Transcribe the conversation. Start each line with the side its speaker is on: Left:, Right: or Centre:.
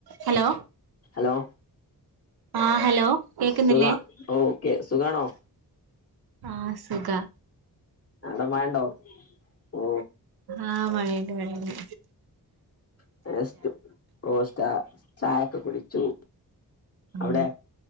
Right: ഹലോ?
Left: ലോ?
Right: ആഹ് ഹലോ കേക്കുന്നില്ലേ
Left: സുഖാ ഓക്കെ സുഖാണോ?
Right: ആ സുഖാ
Left: ആടെ മണ്ടോ ഓ.
Right: ആ മഴയ്ണ്ട് മഴയ്ണ്ട്.
Left: <unintelligible> ചായൊക്കെ കുടിച്ചു.
Right: ഉം
Left: അവിടെ